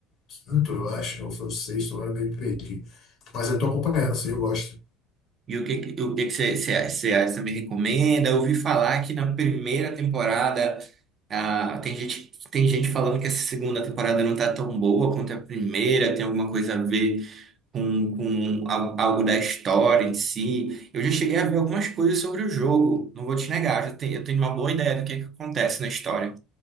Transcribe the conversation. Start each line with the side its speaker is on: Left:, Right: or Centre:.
Left: quinto, eu acho, ou foi o sexto, agora eu me perdi. Mas eu tô acompanhando, assim, eu gosto.
Right: E o que, que- o que, que você, você, você, você me recomenda? Eu ouvi falar que na primeira temporada, ah, tem gente, tem gente falando que essa segunda temporada não tá tão boa quanto a primeira, tem alguma coisa a ver com, com al- algo da história em si. Eu já cheguei a ver algumas coisas sobre o jogo, não vou te negar, eu já tenho, eu tenho uma boa ideia do que é que acontece na história,